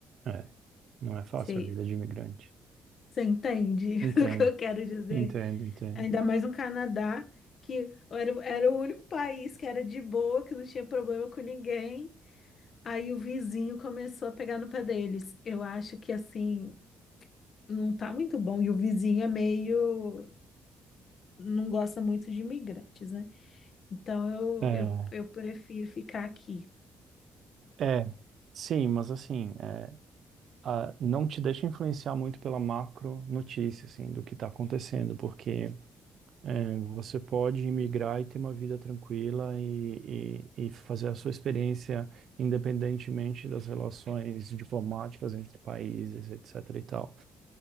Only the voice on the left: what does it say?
Você,
você entende
<laughs> o que eu quero dizer?
Ainda mais no Canadá, que era, era o único país que era de boa, que não tinha problema com ninguém. Aí o vizinho começou a pegar no pé deles. Eu acho que assim. não tá muito bom. E o vizinho é meio, não gosta muito de imigrantes, né? Então eu,
eu, eu prefiro ficar aqui.